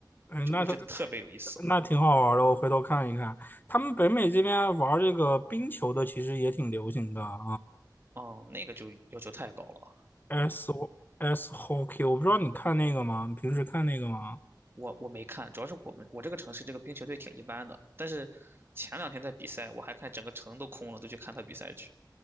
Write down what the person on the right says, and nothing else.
就我觉得特别有意思。
哦，那个就要求太高了。
我我没看，主要是我们我这个城市这个冰球队挺一般的。但是前两天在比赛，我还看整个城都空了，都去看他比赛去。